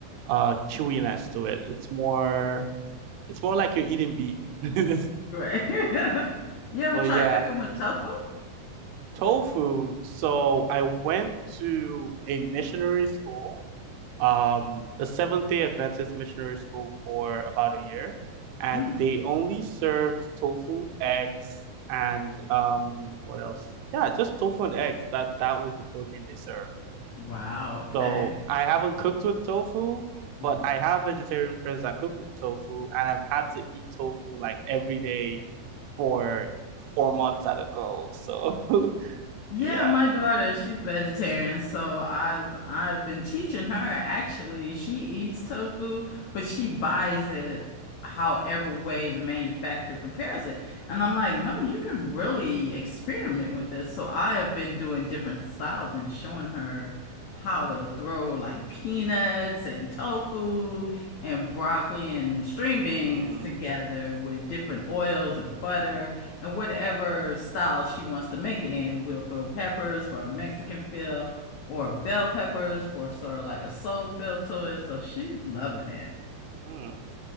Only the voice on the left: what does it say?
Right. <laughs> You ever
tried
cooking with tofu?
Mm.
Wow, okay.
Mm.
Yeah,
my daughter, she's vegetarian, so I've I've been teaching her actually. She eats tofu, but she buys it however way the manufacturer prepares it. And I'm like, "No, you can really experiment with this." So I have been doing different styles and showing her how to throw like peanuts and tofu and broccoli and string beans
together with different oils and butter. And whatever style she wants to make it in, we'll throw peppers for a Mexican feel or bell peppers for sort of like a soul feel to it. So she's loving it.